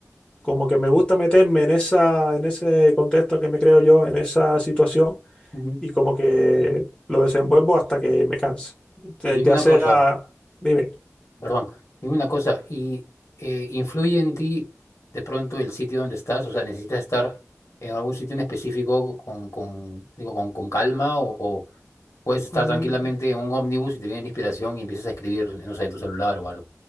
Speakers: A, on the left; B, on the left.
A: como que me gusta meterme en esa, en ese contexto que me creo yo, en esa situación,
B: ujú.
A: y como que lo desenvuelvo hasta que me canse. Entonces,
B: Y dime
A: Ya
B: una
A: sea,
B: cosa,
A: dime,
B: perdón, dime una cosa, ¿y eh, influye en ti de pronto el sitio donde estás? O sea, ¿necesitas estar en algún sitio en específico con, con, digo, con, con calma o, o puedes estar
A: mm,
B: tranquilamente en un ómnibus y te viene la inspiración y empiezas a escribir, no sé, en tu celular o algo?